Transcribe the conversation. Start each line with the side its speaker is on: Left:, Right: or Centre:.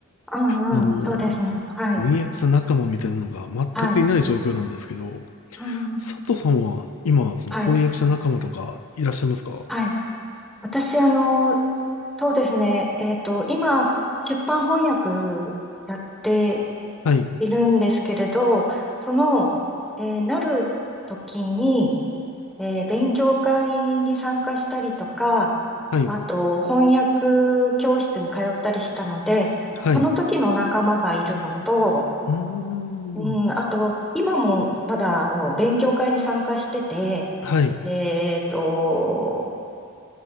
Centre: うん、
Left: あの、
Centre: うん。そうですね。はい、
Left: 翻訳者仲間みたいなのが全くいない状況なんですけど、
Centre: はい。うん、うん。
Left: 佐藤さんは今、その翻訳者仲間とかいらっしゃいますか
Centre: はい、はい。私、あの、そうですね。えっと、今、出版翻訳やって
Left: はい、
Centre: いるんですけれど、その、えーなる時に、えー勉強会に参加したりとか、
Left: はい、
Centre: あと翻訳教室に通ったりしたので、
Left: はい。
Centre: その時の仲間がいるのと、
Left: うーん。
Centre: うん、あと、今もまだあの勉強会に参加してて、
Left: はい、
Centre: えっと、